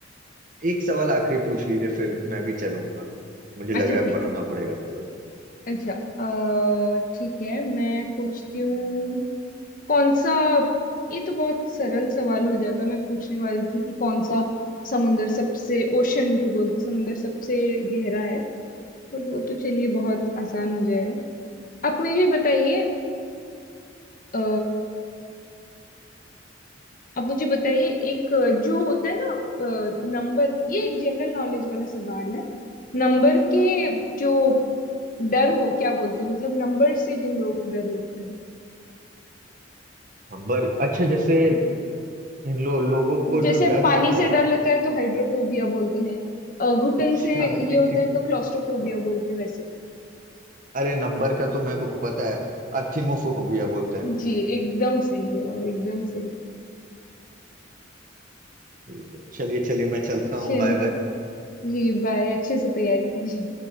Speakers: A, on the right (about 45°); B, on the left (about 45°).
A: एक सवाल आखिरी पूछ लीजिए फिर मैं भी चलूंगा मुझे लग
B: अच्छा
A: रहा है
B: ठीक
A: पढ़ना
B: है
A: पड़ेगा थोड़ा
B: अच्छा अ, ठीक है मैं पूछती हूँ कौन सा ये तो बहुत सरल सवाल हो जाता है। मैं पूछने वाली थी कि कौन सा समुंदर सबसे ओशन जो बोलते हैं, समुंदर सबसे गहरा है बट वो तो चलिए बहुत आसान हो जाएगा आप मुझे बताइए अ, आप मुझे बताइए एक अ, जो होता है ना नंबर ये एक जनरल नॉलेज वाला सवाल है नंबर के जो डर को क्या बोलते हैं मतलब नंबर से जिन लोगों को डर लगता है
A: नंबर अच्छा जैसे इन लो, लोगों को
B: जैसे
A: जो डर
B: पानी
A: लगता
B: से
A: है
B: डर लगता है तो हाइड्रोफोबिया बोलते हैं अ, घुटन
A: अच्छा
B: से
A: ठीक
B: ये होता
A: ठीक
B: है तो क्लॉस्ट्रोफोबिया बोलते हैं वैसे
A: अरे नंबर का तो मेरे को पता है अर्थिमोफोबिया बोलते हैं
B: जी एकदम सही जवाब एकदम सही
A: ठीक है चलिए चलिए मैं चलता हूँ
B: चलिए
A: बाय बाय
B: जी बाय अच्छे से तैयारी कीजिए